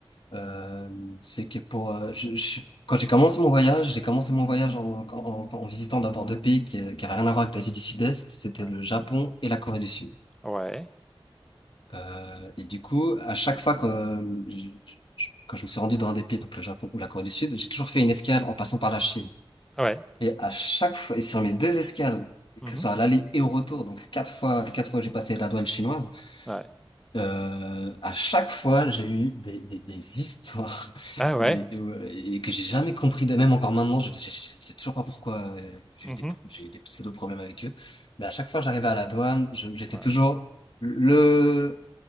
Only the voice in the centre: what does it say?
Ouais.
Ouais.
Ouais.
Mhm.
Ouais.
Ah ouais.
Mhm.
Ouais.